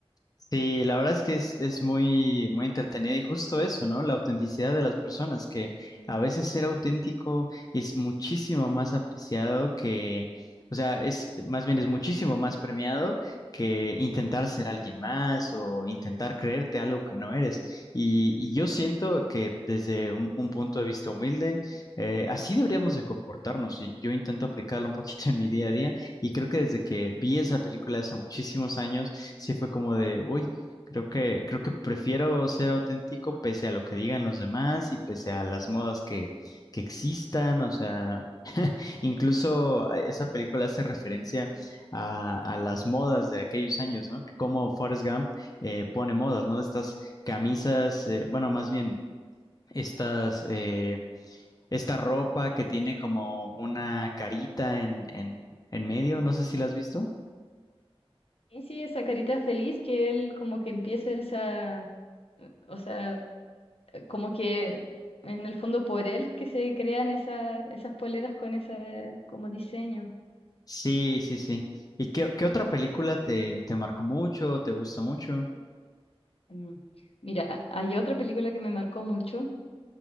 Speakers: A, on the left; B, on the left.
A: Sí, la verdad es que es, es muy, muy entretenida y justo eso, ¿no? La autenticidad de las personas, que a veces ser auténtico es muchísimo más apreciado que, o sea, es, más bien es muchísimo más premiado que intentar ser alguien más o intentar creerte algo que no eres. Y, y yo siento que desde un, un punto de vista humilde, eh, así deberíamos de comportarnos y yo intento aplicarlo un poquito en mi día a día y creo que desde que vi esa película hace muchísimos años, sí fue como de, uy, creo que, creo que prefiero ser auténtico pese a lo que digan los demás y pese a las modas que, que existan, o sea, <laughs> incluso eh, esa película hace referencia a, a las modas de aquellos años, ¿no? Como Forrest Gump eh, pone modas, ¿no? Estas camisas, eh, bueno, más bien, estas, eh, esta ropa que tiene como una carita en, en, en medio, no sé si la has visto.
B: Y sí, esa carita feliz que él como que empieza esa, o sea, como que en el fondo por él que se crean esas, esas poleras con ese como diseño.
A: Sí, sí, sí. ¿Y qué, qué otra película te, te marcó mucho, te gusta mucho?
B: Mm. Mira, hay otra película que me marcó mucho